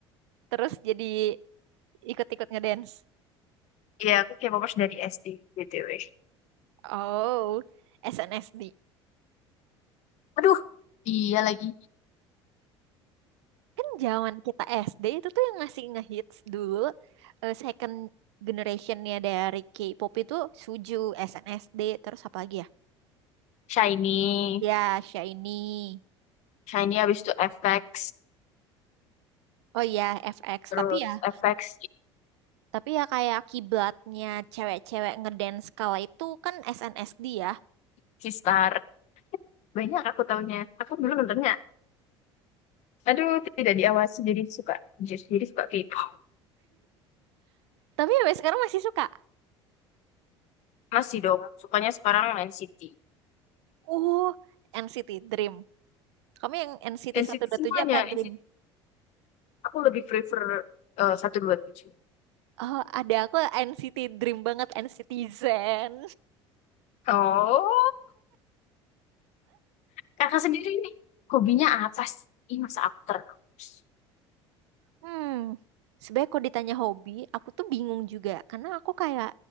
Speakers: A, on the right (about 70°); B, on the left (about 50°).
A: Terus jadi ikut-ikut ngedance.
B: Iya, aku K-popers dari SD, BTW.
A: Oh, SNSD.
B: Aduh, iya lagi.
A: Kan zaman kita SD itu tuh yang ngasih ngehits dulu eh, second generationnya dari K-pop itu Suju, SNSD, terus apa lagi ya?
B: Shiny.
A: Ya, Shiny.
B: Shiny habis itu FX.
A: Oh iya, FX.
B: Terus
A: Tapi ya
B: FX,
A: Tapi ya kayak kiblatnya cewek-cewek ngedance kala itu kan SNSD ya.
B: Sistar. Banyak aku taunya. Aku dulu nontonnya. Aduh, tidak diawasi jadi suka. Jadi suka K-pop.
A: Tapi sampai sekarang masih suka.
B: Masih dong, sukanya sekarang NCT.
A: Uh, NCT Dream. Kamu yang NCT
B: NCT
A: 127
B: <laughs> semuanya.
A: apa Dream?
B: NCT. Aku lebih prefer eh, satu dua tujuh
A: Oh, ada aku NCT Dream banget, NCT Zen.
B: Oh, kakak sendiri nih. Hobinya apa sih? Ih, Masa aku terus.
A: Hmm, sebenarnya kalau ditanya hobi, aku tuh bingung juga. Karena aku kayak